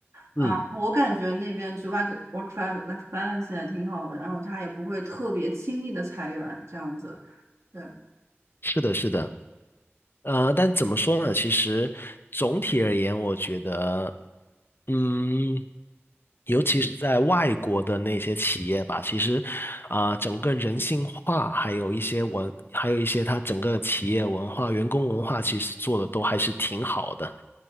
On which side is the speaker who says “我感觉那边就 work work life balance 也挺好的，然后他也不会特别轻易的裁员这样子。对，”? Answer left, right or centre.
Right